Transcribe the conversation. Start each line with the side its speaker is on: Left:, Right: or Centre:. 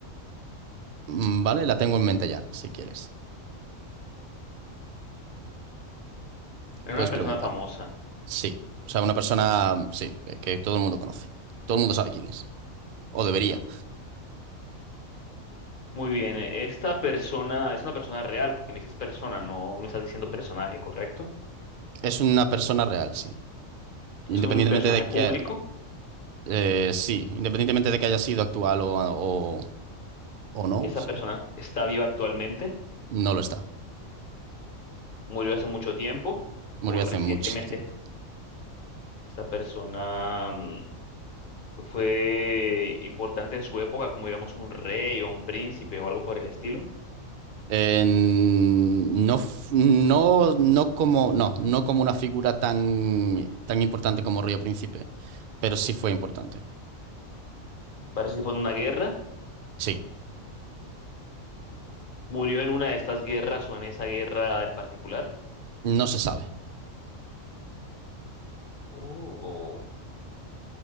Right: Mm, Vale, la tengo en mente ya, si quieres.
Left: Era
Right: Puedes
Left: una
Right: preguntar.
Left: persona famosa.
Right: Sí. O sea, una persona, mm, sí, eh, que todo el mundo conoce. Todo el mundo sabe quién es. O debería.
Left: Muy bien, eh, esta persona es una persona real, porque me dices persona, no me estás diciendo personaje, ¿correcto?
Right: Es una persona real, sí.
Left: Es
Right: Independientemente
Left: un personaje
Right: de que,
Left: público.
Right: eh, sí, independientemente de que haya sido actual o, o, o no,
Left: Esta
Right: sí,
Left: persona está viva actualmente,
Right: no lo está.
Left: murió hace mucho tiempo
Right: Murió
Left: o recientemente.
Right: hace mucho tiempo.
Left: Esta persona mm, fue importante en su época, como digamos un rey o un príncipe o algo por el estilo.
Right: En- no, f- no, no como, no, no como una figura tan, tan importante como Río Príncipe, pero sí fue importante.
Left: Participó en una guerra,
Right: Sí,
Left: murió en una de estas guerras o en esa guerra en particular.
Right: no se sabe.
Left: Oh.